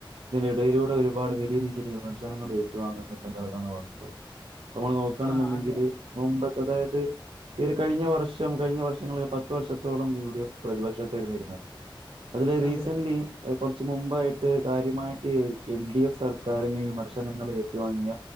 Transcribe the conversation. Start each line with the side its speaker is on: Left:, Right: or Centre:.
Right: ഇതിനിടയിലൂടെ ഒരുപാട് വലിയ രീതിയിൽ വിമർ ജനങ്ങൾ ഏറ്റുവാങ്ങുന്നുണ്ടെന്നുള്ളതാണ് വാസ്‌തവം. ഇപ്പ നമ്മള് നോക്കുവാനാണ്
Left: ആ
Right: ഉണ്ടെങ്കില്
Left: അതെ
Right: മുമ്പതെ - അതായത് ഈ ഒരു കഴിഞ്ഞ വർഷ്- ഏറ്റവും കഴിഞ്ഞ വർഷങ്ങളിൽ പത്ത് വർഷത്തോളം യു ഡി എഫ് പ്രതിപക്ഷതായിരുന്നു ഇരുന്നത് അതില് റീസെൻ്റ്ലി-
Left: അതെ അതെ
Right: കൊറച്ച് മുമ്പ് ആയിട്ട് കാര്യമായിട്ട് എൽ ഡി എഫ്‌ സർക്കാരിനെ വിമർശി ദ്ദനങ്ങൾ ഏറ്റ് വാങ്ങിയ